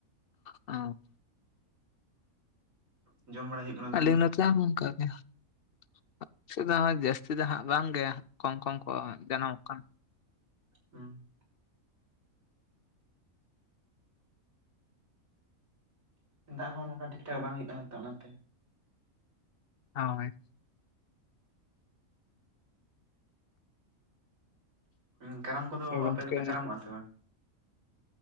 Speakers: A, on the left; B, on the right.
A: ᱚ᱾
B: ᱡᱚᱢ ᱵᱟᱲᱟ ᱦᱩᱭᱩᱜ ᱠᱟᱱᱟ
A: ᱟᱞᱮ
B: ᱫᱚᱢᱮ
A: ᱱᱚᱛᱮ ᱦᱚᱸ ᱱᱚᱝᱠᱟ ᱜᱮᱭᱟ, ᱟᱞᱮ ᱥᱮᱫ ᱡᱟᱹᱥᱛᱤ ᱫᱚ ᱦᱟᱸᱜ ᱵᱟᱝ ᱜᱮ᱾ ᱠᱚᱢ ᱠᱚᱢ ᱠᱚ ᱡᱟᱱᱟᱢᱚᱜ ᱠᱟᱱᱟ᱾
B: ᱦᱩᱸ᱾ ᱫᱟᱜ ᱦᱚᱸ ᱱᱚᱝᱠᱟ ᱴᱷᱤᱠ ᱴᱷᱟᱠ ᱵᱟᱝ ᱦᱩᱭᱩᱜ ᱠᱟᱱᱟ ᱛᱚ ᱚᱱᱟᱛᱮ᱾
A: ᱚᱭ᱾
B: ᱦᱩᱸ ᱠᱟᱨᱟᱢ ᱠᱚᱫᱚ
A: ᱥᱮ ᱜᱚᱝᱠᱮ
B: ᱟᱯᱮ ᱫᱚᱯᱮ ᱠᱟᱨᱟᱢᱚᱜᱼᱟ ᱥᱮ ᱵᱟᱝ?